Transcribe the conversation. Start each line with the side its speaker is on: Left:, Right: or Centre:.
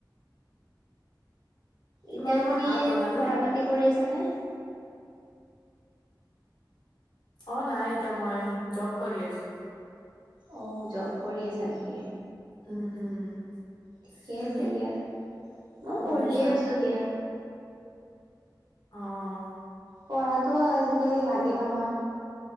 Right: এতিয়া
Left: তোমালোকৰ
Right: তুমি
Left: ভাত বনালনে?
Right: পঢ়া পাতি কৰি আছানে?
Left: অ' নাই এতিয়া মই জব কৰি আছো।
Right: অ' জব কৰি আছা নেকি!
Left: উম, উম।
Right: ঠিকে
Left: তুমি
Right: আছে দিয়া মই
Left: পঢ়ি
Right: পঢ়িয়ে
Left: আছা?
Right: আছোঁ দিয়া।
Left: অ'
Right: পঢ়াতো আজিকালি লাগে নহয়।